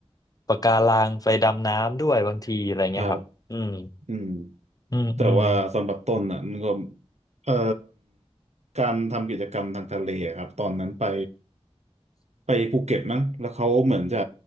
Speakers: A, on the left (about 35°); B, on the right (about 90°).
A: ปะการังไปดำน้ำด้วยบางทีอะไรเงี้ยครับอืม
B: ครับอืม
A: อืมอืม
B: แต่ว่าสำหรับต้นอ่ะมันก็เอ่อการทำกิจกรรมทางทะเลอะครับตอนนั้นไปไปภูเก็ตมั้งแล้วเขาเหมือนจะ